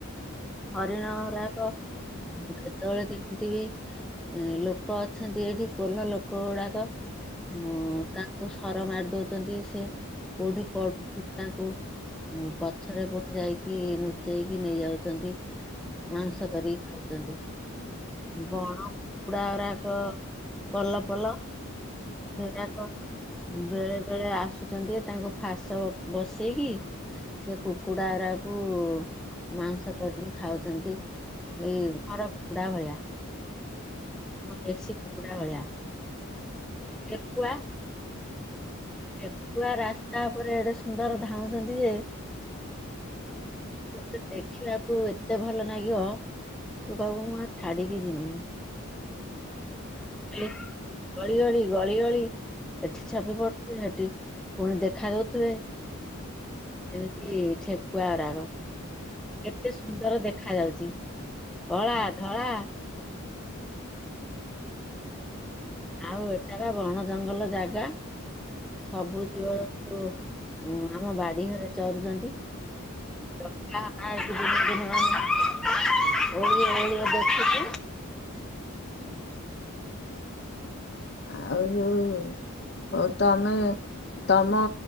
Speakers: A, in the centre; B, on the left.
A: ହରିଣ ରାକ କେତେବେଳେ କେ ଏମିତି ବି ଲୋକ ଅଛନ୍ତି ଏଠି କୋଲ ଲୋକ ଗୁଡାକ ହଁ ତାଙ୍କୁ ସର ମାରି ଦଉଛନ୍ତି ସେ କୋଡ଼ି ପ ତାଙ୍କୁ ପଛରେ ପୁଣି ଯାଇକି ଲୁଚେଇକି ନେଇଆଉଛନ୍ତି ମାଂସ କରିକି ଖାଉଛନ୍ତି ବଣ କୁକୁଡା ଗୁଡାକ ପଲ ପଲ ସେରାକ ବେଳେ ବେଳେ ଆସୁଛନ୍ତି ତାଙ୍କୁ ଫାସ ବସେଇକି ସେ କୁକୁଡ଼ା ରାକୁ ମାଂସ କରିକି ଖାଉଛନ୍ତି ଏଇ ଘର କୁକୁଡା ଭଳିଆ। ଦେଶୀ କୁକୁଡ଼ା ଭଳିଆ। ଠେକୁଆ ଠେକୁଆ ରାସ୍ତା ଉପରେ ଏଡେ ସୁନ୍ଦର ଧାଉଛନ୍ତି ଯେ ତତେ ଦେଖିବାକୁ ଏତେ ଭଲ ଲାଗିବ ତୁ କହିବୁ ମୁଁ ଆଉ ଛାଡିକି ଯିବିନି <unintelligible> ଗଳିଗଳି ଗଳି ଗଳି ଏଠି ଛପି ପଡୁ ପୁଣି ସେଠି ପୁଣି ଦେଖା ଦଉଥିବେ ଏମିତି ଠେକୁଆ ଗୁଡାକ କେତେ ସୁନ୍ଦର ଦେଖା ଯାଉଛି କଳା ଧଳା ଆଉ ଏଟା ବା ବଣ ଜଙ୍ଗଲ ଜାଗା ସବୁ ଜୀବଜନ୍ତୁ ଆମ ବାଡି ଘରେ ଚରୁଛନ୍ତି <unintelligible> ଦେଖୁଛି।
B: ଆଉ ଯୋଉ ହୋଉ ତମେ ତମ